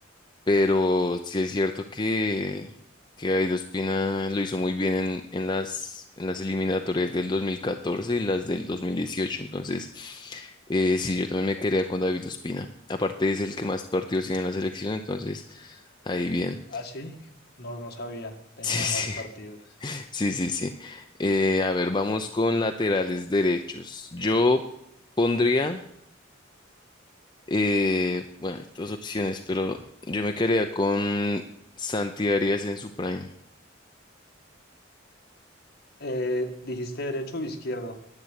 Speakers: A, on the left (about 20°); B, on the left (about 55°).
A: Pero sí es cierto que, que Guaidó Espina lo hizo muy bien en, en las, en las eliminatorias del 2014 y las del dos mil dieciocho Entonces, eh, sí, yo también me quería con David Ospina. Aparte es el que más partidos tiene en la selección, entonces ahí bien.
B: Ah, sí. No, no sabía.
A: <laughs>
B: Tenía
A: Sí,
B: más
A: sí,
B: partidos.
A: sí, sí, sí. Eh, a ver, vamos con laterales derechos. Yo pondría, eh, bueno, hay dos opciones, pero yo me quedaría con Santi Arias en su prime.
B: Eh, dijiste derecho o izquierdo.